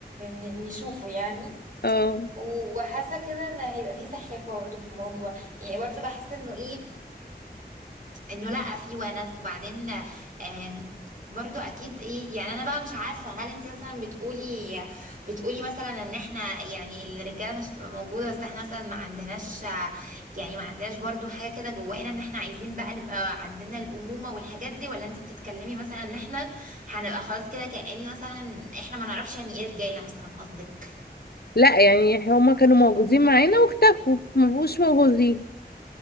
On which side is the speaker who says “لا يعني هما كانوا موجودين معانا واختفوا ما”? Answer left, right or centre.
Left